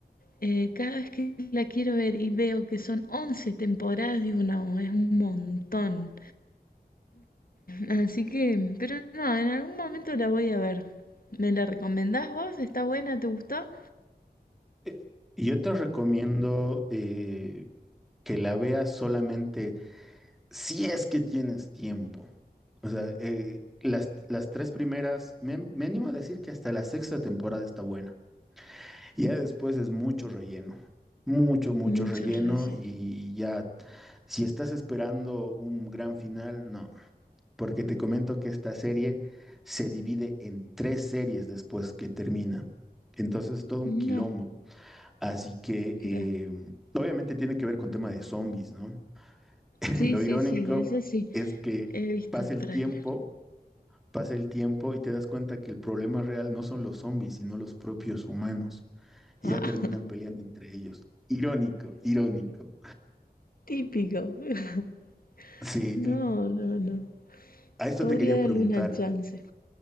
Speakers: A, on the left; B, in the centre.
A: eh, cada vez que la quiero ver y veo que son 11 temporadas, digo, no, es un montón. Así que, pero no, en algún momento la voy a ver. ¿Me la recomendás vos? ¿Está buena? ¿Te gustó?
B: Eh, Yo te recomiendo eh, que la veas solamente si es que tienes tiempo. O sea, eh, las, las tres primeras, me, me animo a decir que hasta la sexta temporada está buena. Y ya después es mucho relleno, mucho, mucho
A: Muchos
B: relleno
A: recelos.
B: y ya, si estás esperando un gran final, no, porque te comento que esta serie se divide en tres series después que termina. Entonces es todo un
A: No,
B: quilombo. Así que
A: claro.
B: eh, obviamente tiene que ver con tema de zombies, ¿no? <laughs>
A: Sí,
B: Lo
A: sí,
B: irónico
A: sí, de ese sí.
B: es que
A: He visto
B: pasa el
A: tráiler.
B: tiempo, pasa el tiempo y te das cuenta que el problema real no son los zombies, sino los propios humanos y
A: Ah,
B: ya terminan
A: <laughs>
B: peleando entre ellos. Irónico, irónico.
A: típico. <laughs>
B: Sí,
A: No,
B: l-
A: no, no.
B: a esto
A: Podría
B: te quería preguntar.
A: darle una chance.